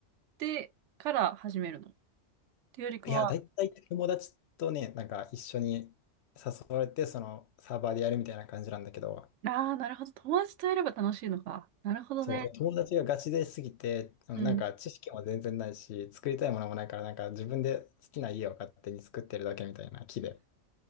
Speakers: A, on the right; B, on the left.
A: てから始めるの。っていうよりかは、
B: いや、だいたい友達とね、なんか一緒に誘われて、そのサーバーでやるみたいな感じなんだけど、
A: ああ、なるほど。友達とやれば楽しいのか。なるほどね。
B: そう、友達がガチですぎて、あのなんか知識も全然ないし、
A: うん。
B: 作りたいものもないから、なんか自分で好きな家を勝手に作ってるだけみたいな木で。